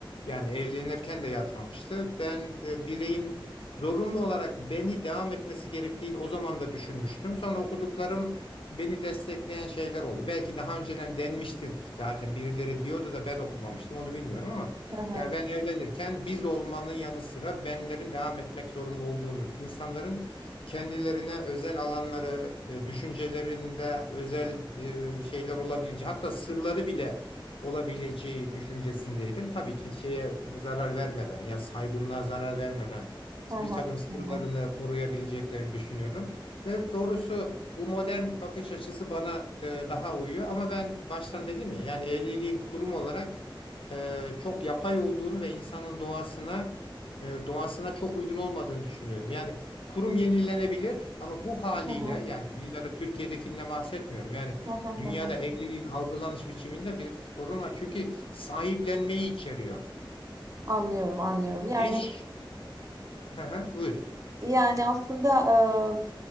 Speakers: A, on the left; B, on the right.
A: Yani evlenirken de yatmamıştı. Ben e, bireyin zorunlu olarak beni devam etmesi gerektiğini o zaman da düşünmüştüm. Sonra okuduklarım beni destekleyen şeyler oldu. Belki daha önceden denmiştir zaten birileri diyordu da ben okumamıştım onu bilmiyorum ama
B: Hı hı,
A: yani ben evlenirken biz olmanın yanı sıra benlerin devam etmek zorunda olduğunuz insanların kendilerine özel alanları, e, düşüncelerinde özel e, şeyler olabileceği, hatta sırları bile olabileceği düşüncesindeydim. Tabii ki şeye zarar vermeden, yani saygınlığa zarar vermeden
B: hı hı,
A: bir takım sırlarını
B: hı hı,
A: koruyabileceklerini düşünüyordum. Ve doğrusu bu modern bakış açısı bana e, daha uyuyor. Ama ben baştan dedim ya, yani evliliğin kurum olarak e, çok yapay olduğunu ve insanın doğasına e, doğasına çok uygun olmadığını düşünüyorum. Yani Kurum yenilenebilir ama bu haliyle
B: hı hı,
A: yani illa da Türkiye'dekinden bahsetmiyorum. Yani
B: hı hı, hı
A: dünyada
B: hı.
A: evliliğin algılanış biçiminde bir sorun var. Çünkü sahiplenmeyi içeriyor.
B: Anlıyorum, anlıyorum. Yani
A: Eş, hı hı, buyur.
B: Yani, aslında, eee,